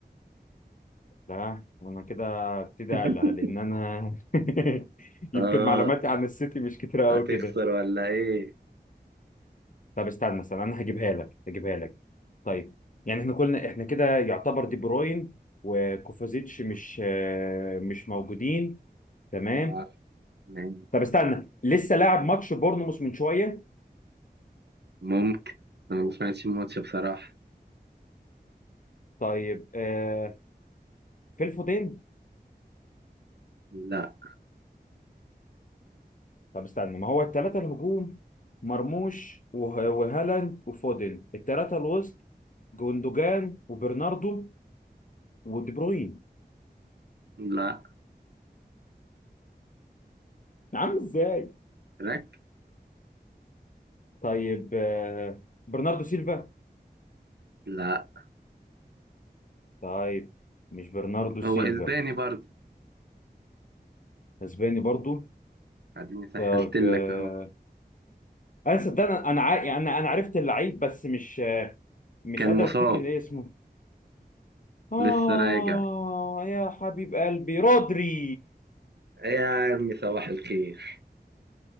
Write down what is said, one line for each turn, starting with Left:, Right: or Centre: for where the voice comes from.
Left: لا انا كده ابتدي
Right: <laughs>
Left: على لان انا <laughs> يمكن
Right: اه
Left: معلوماتي عن السيتي مش كتيره قوي
Right: هتخسر
Left: كده
Right: ولا ايه
Left: طب استنى استنى انا هجيبها لك هجيبها لك طيب يعني احنا كلنا احنا كده يعتبر دي بروين وكوفازيتش مش آه، مش موجودين تمام
Right: وعارف. يعني
Left: طب استنى لسه لاعب ماتش بورنموث من شويه
Right: ممكن انا ما سمعتش الماتش بصراحة
Left: طيب آه في الفودين
Right: لا
Left: طب استنى ما هو الثلاثه الهجوم مرموش وه- وهالاند وفودن الثلاثه الوسط جوندوجان وبرناردو ودي بروين
Right: لا
Left: عامل ازاي
Right: راك
Left: طيب آه برناردو سيلفا
Right: لا
Left: طيب مش برناردو سيلفا
Right: هو اسباني برضه
Left: اسباني برضو
Right: اديني سهلت
Left: طيب
Right: لك
Left: آه
Right: اهو
Left: انا صدقني انا انا عا- يعني انا أنا عرفت اللعيب بس مش آه، مش
Right: كان
Left: قادر
Right: مصاب
Left: افتكر ايه اسمه آه
Right: لسه راجع
Left: يا حبيب قلبي رودري
Right: يا عمي صباح الخير